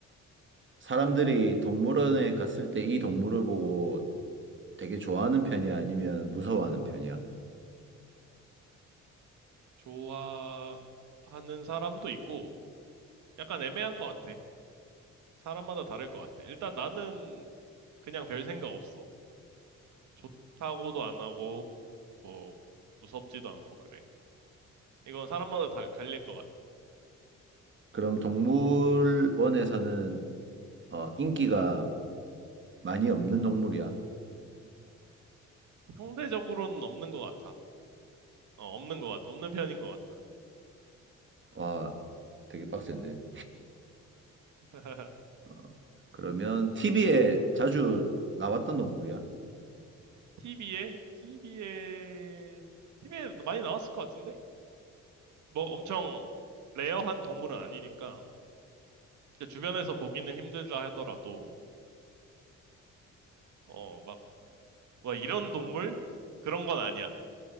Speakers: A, on the right; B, on the right.
A: 사람들이 동물원에 갔을 때 이 동물을 보고 되게 좋아하는 편이야? 아니면 무서워하는 편이야?
B: 좋아하는 사람도 있고 약간 애매한 것 같아. 사람마다 다를 것 같아. 일단 나는 그냥 별 생각 없어. 좋다고도 안 하고 뭐 무섭지도 않고 그래. 이건 사람마다 다 갈릴 것 같아.
A: 그럼 동물원에서는 어, 인기가 많이 없는 동물이야.
B: 상대적으로는 없는 것 같아. 어, 없는 것 같아. 없는 편인 것 같아.
A: 와, 되게 빡센데.
B: <laughs>
A: 어, 그러면 TV에 자주 나왔던 동물이야.
B: TV에? TV에, TV에 많이 나왔을 것 같은데? 뭐 엄청 레어한 동물은 아니니까. 그러니까 주변에서 보기는 힘들다 하더라도, 어, 막, 와, 이런 동물? 그런 건 아니야.